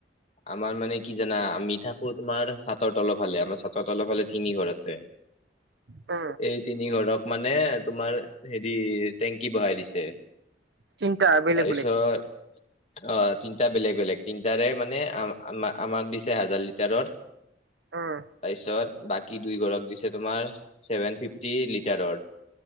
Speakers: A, on the left (about 35°); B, on the right (about 75°).
A: আমাৰ মানে কি জানা আমি থাকো তোমাৰ চাতৰ তলৰ হালে আমাৰ চাতৰ তলৰ হালে তিনি ঘৰ আছে।
B: অ,
A: এই তিনি ঘৰক মানে তোমাৰ হেৰি। টেংকি বহাই দিছে,
B: তিনটা বেলেগ
A: তাৰপিছত।
B: বেলেগ
A: অ, তিনিটা বেলেগ বেলেগ তিনটাৰে মানে আ, আমাক দিছে হাজাৰ লিটাৰৰ।
B: উম
A: তাৰপিছত বাকী দুই ঘৰক দিছে, তোমাৰ ছেভেন ফিফটি লিটাৰৰ।